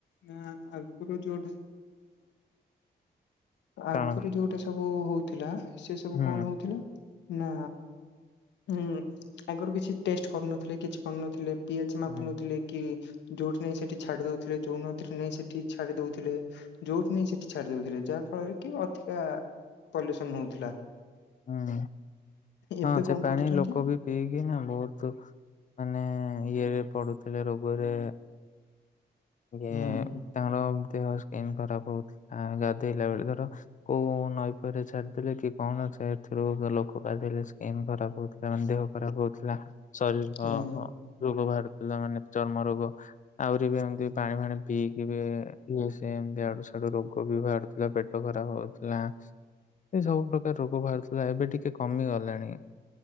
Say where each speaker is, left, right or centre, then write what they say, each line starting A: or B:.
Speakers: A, on the left; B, on the left.
A: ନାଁ ଆଗରୁ ଯୋଉ ଆଗରୁ
B: କାରଣ
A: ଯୋଉଟା ସବୁ ହଉଥିଲା ସେ ସବୁ
B: ହୁଁ
A: କଣ ହଉଥିଲା ନା ହୁଁ ଆଗରୁ କିଛି ଟେଷ୍ଟ କରୁନଥିଲେ କିଛି କରୁନଥିଲେ ପି ଏଚ ମାପୁ
B: ହୁଁ
A: ନଥିଲେ କି ଯୋଉଠି ନେଇ ସେଠି ଛାଡି ଦଉଥିଲେ ଯୋଉ ନଦୀରେ ନାଇ ସେଠି ଛାଡି ଦଉଥିଲେ। ଯୋଉଠି ନେଇ ସେଠି ଛାଡି ଦଉଥିଲେ ଯାହା ଫଳରେ କି ଅଧିକା ପଲ୍ୟୁସନ ହଉଥିଲା।
B: ହୁଁ।
A: ଏବେ
B: ହଁ ସେ
A: କଣ
B: ପାଣି
A: କରୁଛନ୍ତି
B: ଲୋକ ବି ପିଇକି ନା ବହୁତ ମାନେ ଇଏରେ ପଡୁଥିଲେ ରୋଗରେ। ଯେ
A: ହୁଁ
B: ତାଙ୍କର ଦେହ ସ୍କିନ୍ ଖରାପ ହଉଥିଲା ଗାଧୋଇଲା ବେଳେ ଧର କୋଉ ନଈ ପହିରେ ଛାଡିଦେଲେ କି କଣ ସାୟତଥୁରୁ ଲୋକ ଗାଧେଇଲେ ସ୍କିନ୍ ଖରାପ ହଉଥିଲା ମାନେ ଦେହ ଖରାପ ହଉଥିଲା। ଶରୀର
A: ହୁଁ
B: ଅ ରୋଗ ବାହାରୁଥିଲା ମାନେ ଚର୍ମ ରୋଗ ଆହୁରି ବି ଏମିତି ପାଣି ଫାଣି ପିଇକି ବି ଇଏ ସେ ଏମତି ଇଆଡୁ ସିଆଡୁ ରୋଗ ବି ବାହରୁଥିଲା ପେଟ ଖରାପ ହଉଥିଲା ଏ ସବୁ ପ୍ରକାର ରୋଗ ବାହାରୁଥିଲା। ହେଲା ଏବେ ଟିକେ କମି ଗଲାଣି।